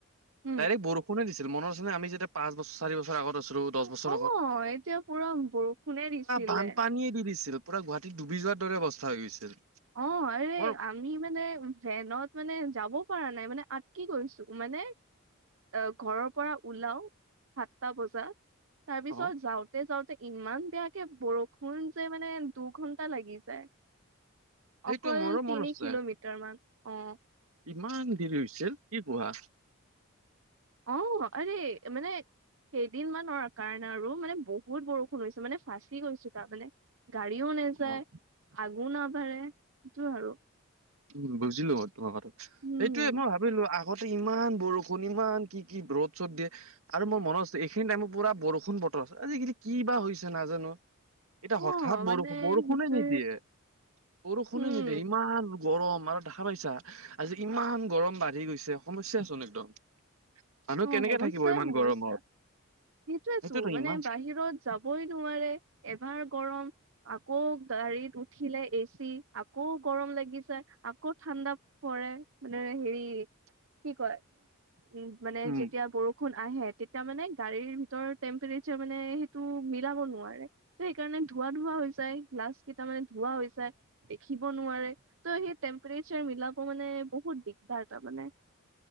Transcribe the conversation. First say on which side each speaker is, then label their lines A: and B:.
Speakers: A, on the right; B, on the right.
A: হম
B: ডাইৰেক বৰষুণে দিছিল মনত আছে আমি যেতিয়া পাঁচবছৰ চাৰি বছৰ। আগত আছিলোঁ দহ
A: অ',
B: বছৰ আগত।
A: এতিয়া পুৰা বৰষুণে দিছিলে।
B: বানপানীয়েে দি দিছিল পুৰা গুৱাহাটীত ডুবি যোৱাৰ দৰে অৱস্থা হৈ গৈছিল।
A: অ আৰে
B: মোৰ
A: আমি মানে ভেনত মানে যাব পৰা নাই মানে আত কি কৰিছোঁ। মানে অ ঘৰৰ পৰা ওলাও সাতটা বজাত। তাৰপিছত
B: অ
A: যাওঁতে যাওঁতে। ইমান বেয়াকে বৰষুণ যে মানে দুঘন্টা লাগি যায়।
B: সেইটো
A: অকল
B: মোৰো মন
A: তিনি
B: আছে
A: কিলোমিটাৰ মান অ।
B: ইমান দেৰি হৈছিল কি কোৱা?
A: অ আৰে মানে। কেইদিনমানৰ কাৰণে আৰু মানে বহুত বৰষুণ হৈছে মানে ফাঁচি গৈছো তাৰ মানে। গাড়ীও নাযায়
B: অ
A: আগো নাবাঢ়ে সেইটো আৰু।
B: উম বুজিলোঁ তোমাৰ কথা
A: উম।
B: সেইটোয়ে মই ভাবিলোঁ- আগতে ইমান বৰষুণ ইমান কি কি ৰ'দ চ'দ দিয়ে আৰু মই মনত আছে এইখিনি টাইমৰ পুৰা বৰষুণ বতৰ আজিকালি কি বা হৈছে নাজানোঁ। এতিয়া
A: অ'
B: হঠাৎ বৰষুণ
A: মানে
B: বৰষুণে
A: সেইটোৱে
B: নিদিয়ে বৰষুণে
A: উম
B: নিদিয়ে ইমান। গৰম আৰু দেখা পাইছা আজি ইমান গৰম বাঢ়ি গৈছে সমস্যা চোন একদম। মানুহ
A: অ'
B: কেনেকে
A: সমস্যাই
B: থাকিব ইমান
A: সমস্যা
B: গৰমত।
A: সেইটোয়েতো
B: সেইটোতো
A: মানে
B: ইমান
A: বাহিৰত যাবই নোৱাৰে এবাৰ গৰম আকৌ। গাড়ীত উঠিলে এচি আকৌ গৰম লাগিছে আকৌ ঠাণ্ডা পৰে মানে। হেৰি কি কয় উ মানে
B: উম
A: যেতিয়া বৰষুণ আহে তেতিয়া মানে। গাড়ীৰ ভিতৰ টেম্পৰেচাৰ মানে সেইটো মিলাব নোৱাৰে ত সেইকাৰণে ধোৱা ধোৱা হৈ যায়। গিলাছ মানে ধোঁৱা হৈ যায়, দেখিব নোৱাৰে, ত সেই টেম্পেৰেছাৰ মিলাব মানে বহুত। দিগদাৰ তাৰমানে,